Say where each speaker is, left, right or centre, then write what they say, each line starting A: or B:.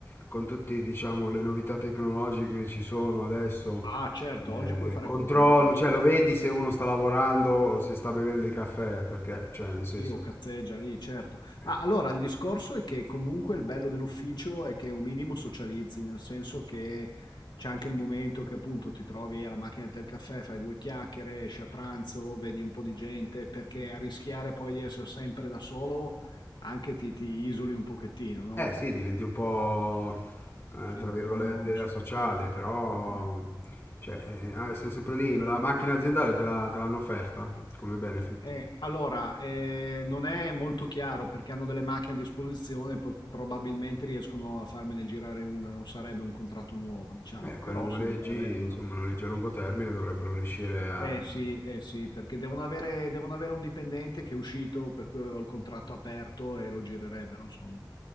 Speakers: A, on the left (about 30°); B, on the left (about 70°).
A: con tutti, diciamo, le novità tecnologiche che ci sono adesso,
B: Ah, certo,
A: eh,
B: oggi puoi fare
A: controllo,
B: quello che vuoi, certo.
A: cioè lo vedi se uno sta lavorando o se sta bevendo il caffè, perché, cioè, nel senso,
B: Sì, o cazzeggia lì, certo. Ma
A: eh
B: allora il discorso è che comunque il bello dell'ufficio è che un minimo socializzi, nel senso che c'è anche il momento che appunto ti trovi alla macchina del caffè, fai due chiacchiere, esci a pranzo, vedi un po' di gente, perché a rischiare poi di essere sempre da solo anche ti, ti isoli un pochettino, no?
A: eh, sì, diventi un po', eh,
B: Sì,
A: tra
B: un
A: virgolette,
B: po' un orso.
A: asociale,
B: Eh.
A: però,
B: Eh.
A: cioè, eh, ah, sei sempre lì, ma la macchina aziendale te la- te l'hanno offerta come benefit.
B: Eh, allora, eh, non è molto chiaro perché hanno delle macchine a disposizione, po- probabilmente riescono a farmene girare una, non sarebbe un contratto nuovo, diciamo,
A: Eh, con
B: però
A: i noleggi,
B: sì, dovrei averla
A: insomma,
B: alla fine.
A: noleggi a lungo termine dovrebbero riuscire a...
B: Eh sì, eh sì, perché devono avere, devono avere un dipendente che è uscito, per cui avevo il contratto aperto e lo girerebbero, insomma.